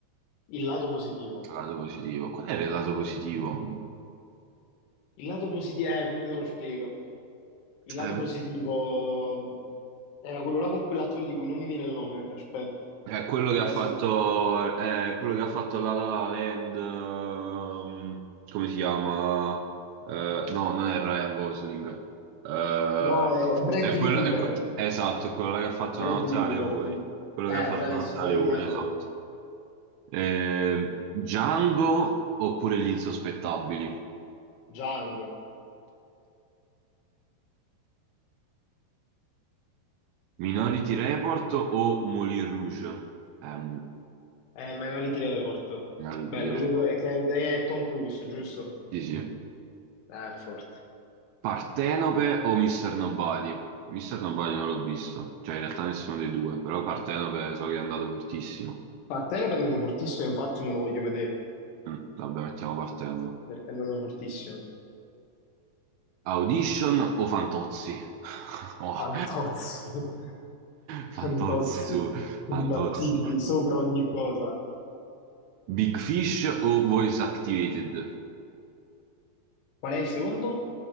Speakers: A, on the left (about 85°); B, on the right (about 80°).
A: il lato positivo.
B: Lato positivo. Qual era il lato positivo?
A: Il lato positivo, eh, come te lo spiego? Il lato
B: Eh,
A: positivo mh, era quello là con quell'attore di cui non mi viene il nome. Aspetta,
B: è quello
A: come
B: che ha
A: cazzo?
B: fatto,
A: si-
B: è quello che ha fatto La La La Land, ehm, come si chiama? Eh, no, non è Ryan Gosling. Eh,
A: No, è Bradley
B: è quello,
A: Cooper.
B: è que- esatto, è quello là che ha fatto
A: Bradley
B: Una notte da
A: Cooper.
B: leoni.
A: non-
B: Quello
A: Eh,
B: che ha fatto
A: bravissimo,
B: Una notte da
A: non
B: leoni,
A: mi viene il
B: esatto.
A: nome.
B: Eh, Django oppure Gli insospettabili?
A: Django.
B: Minority Report o Moulin Rouge? Eh,
A: Eh, Minority Report.
B: Minority
A: Bello,
B: Report.
A: quello è che è Tom Cruise, giusto?
B: Sì, sì.
A: Eh, forte.
B: Partenope o Mr. Nobody? Mr. Nobody non l'ho visto, cioè in realtà nessuno dei due, però Partenope so che è andato fortissimo.
A: Partenope è andato fortissimo, infatti me lo voglio vedere,
B: Mm, vabbè, mettiamo Partenope.
A: perché è andato fortissimo.
B: Audition o Fantozzi? <laughs> Oh.
A: Fantozzi. <laughs>
B: Fantozzi
A: Fantozzi.
B: su, Fantozzi.
A: Imbattibili, sopra ogni cosa.
B: Big Fish o Voice Activated?
A: Qual è il secondo?